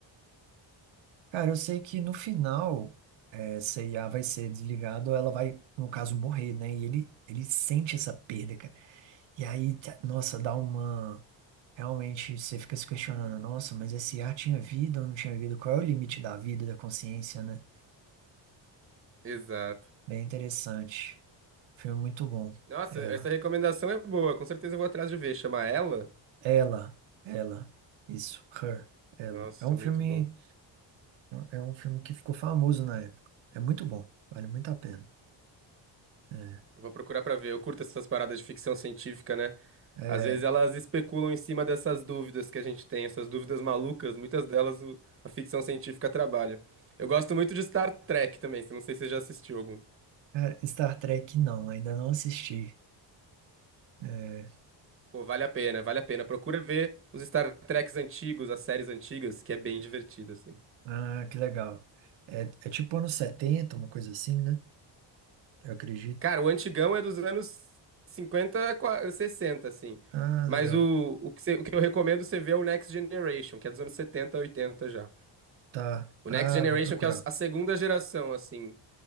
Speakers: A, on the right; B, on the right.
A: cara, eu sei que no final, essa IA vai ser desligada ou ela vai, no caso, morrer, né? E ele, ele sente essa perda, E aí, tá- nossa, dá uma. Realmente você fica se questionando, nossa, mas esse ar tinha vida ou não tinha vida? Qual é o limite da vida, da consciência, né?
B: Exato.
A: Bem interessante. Filme muito bom.
B: Nossa,
A: Ela.
B: essa recomendação é boa. Com certeza eu vou atrás de ver. Chama ela?
A: Ela. Ela. Isso. Her. Ela.
B: Nossa,
A: É um filme.
B: muito bom.
A: É é um filme que ficou famoso na época. É muito bom. Vale muito a pena. É.
B: Vou procurar pra ver. Eu curto essas paradas de ficção científica, né?
A: É.
B: Às vezes elas especulam em cima dessas dúvidas que a gente tem, essas dúvidas malucas. Muitas delas o- a ficção científica trabalha. Eu gosto muito de Star Trek também. Não sei se você já assistiu algum.
A: Cara, Star Trek não, ainda não assisti. É,
B: Pô, vale a pena, vale a pena. Procura ver os Star Treks antigos, as séries antigas, que é bem divertido, assim.
A: ah, que legal. É, é tipo anos 70 uma coisa assim, né? Eu acredito.
B: Cara, o antigão é dos anos 50, qua- 60, assim.
A: Ah,
B: Mas
A: legal.
B: o, o que, você- o que eu recomendo você ver é o Next Generation, que é dos anos 70, 80 já.
A: Tá.
B: O
A: Ah,
B: Next Generation,
A: vou procurar.
B: que é a segunda geração, assim.